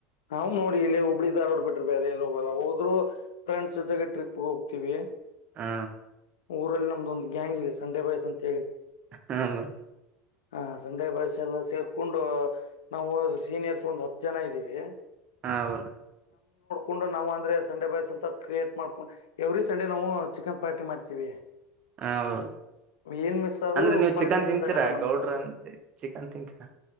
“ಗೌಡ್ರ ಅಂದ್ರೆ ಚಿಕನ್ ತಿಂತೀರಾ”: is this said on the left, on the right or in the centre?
Right